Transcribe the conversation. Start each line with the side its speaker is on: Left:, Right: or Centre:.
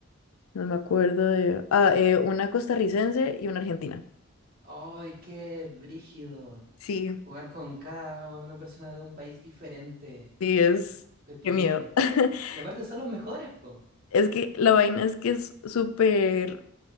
Left: no me acuerdo de... Ah, eh, una costarricense y una argentina.
Right: ¡Ay, qué brígido!
Left: Sí,
Right: Jugar con cada una persona de un país diferente
Left: sí, es...
Right: y competir.
Left: Qué miedo. <laughs>
Right: Y aparte son los mejores, po.
Left: Es que la vaina es que es súper,